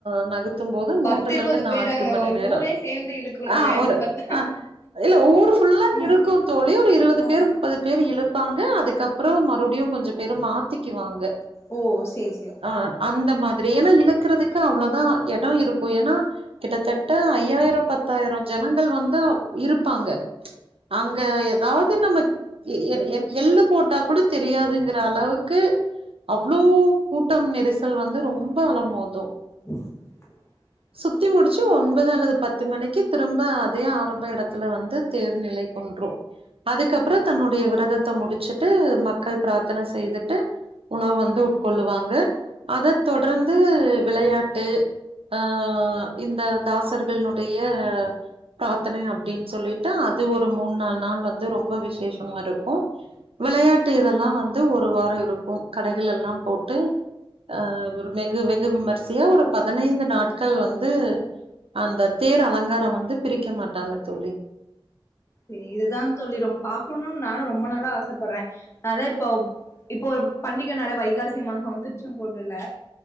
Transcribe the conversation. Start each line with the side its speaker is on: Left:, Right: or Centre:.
Right: <unintelligible> பத்தும் போது மூன்று
Left: பத்து இருவது
Right: லத் நான்கு
Left: பேராங்க
Right: மணி
Left: ஒரு
Right: நேரம்
Left: ஊரே சேந்து இழுக்கணுங்க
Right: ஆஹ் ஒரு
Left: அப்பதா
Right: ஆஹ் இல்ல ஊரு ஃபுல்லா
Left: ம்
Right: இருக்கு தோழி ஒரு இருவது
Left: ஆ
Right: பேர் முப்பது பேர் இலுப் வப்பாங்க அதுக்கப்புறம் மறுபடியும் கொஞ்ச பேரும் மாத்திக்குவாங்க
Left: ஓ சேரி சேரி
Right: ஆ அந்த மாதிரி ஏனா இலக் ருக்றதுக்கு அவ்ளோதா எடொ இருக்கு ஏனா கிட்டத்தட்ட ஐயாயிரொ பத்தாயிரொ ஜனங்கள் வந்து இருப்பாங்க அங்க எதாவது நம்ம எ எ எ எள்ளு போட்டா கூட தெரியாதுங்குற அளவுக்கு அவ்ளோ கூட்டம் நெரிசல் வந்து ரொம்ப அலமோதும்
Left: <inaudible>
Right: சுத்தி முடிச்சு ஒன்பது அல்லது பத்து மணிக்கு திரும்ப அதே ஆரம்ப எடத்துல வந்து தேர்நிலை கொண்டுரொ அதுக்கப்ற தன்னுடைய விரதத்த முடிச்சுட்டு மக்கள் பிராத்தன செய்துட்டு உணவு வந்து உட்கொள்ளுவாங்க அத தொடர்ந்து விளையாட்டு ஆ ஆ இந்த தாசர்கள்னுடைய பிராத்தனை அப்டின் சொல்லிட்டு அது ஒரு மூணு நால் நாள் வந்து ரொம்ப விஷேஷமாருக்கு விளையாட்டு இதெல்லா வந்து ஒரு வாரொ இருக்கு கடைகள் எல்லா போட்டு ஆ ஒரு மெகு வெகு விமர்சியா ஒரு பதினைந்து நாள் மக்கள் வந்து அந்த தேர் அலங்காரம் வந்து பிரிக்க மாட்டாங்க தோழி
Left: சேரி இதுதா தோழி ரொம் பாக்கணுன்னு நானு ரொம்ப நாளா ஆசப்பறே அதா இப்போ இப்போ ஒரு பண்டிக நால வைகாசி மாசோ திருச்செங்கோடுல